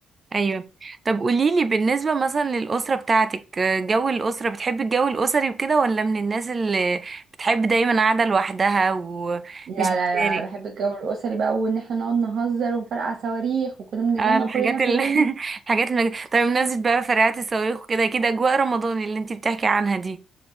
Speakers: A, on the right; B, on the right.
A: ايوه طب قوليلي بالنسبة مثلا للأسرة بتاعتك آه، جو الأسرة بتحبي الجو الأسري وكده ولا من الناس اللي بتحب دايما قاعدة لوحدها ومش
B: لا
A: بتشارك
B: لا لا بحب الجو الأسري بقى وإن احنا نقعد نهزر ونفرقع صواريخ وكنا بنتجمع
A: اه الحاجات
B: كلنا في
A: ال...
B: العيد
A: <laughs> الحاجات المج... طب بمناسبة بقى فرقعات الصواريخ وكده كده أجواء رمضان اللي انتي بتحكي عنها دي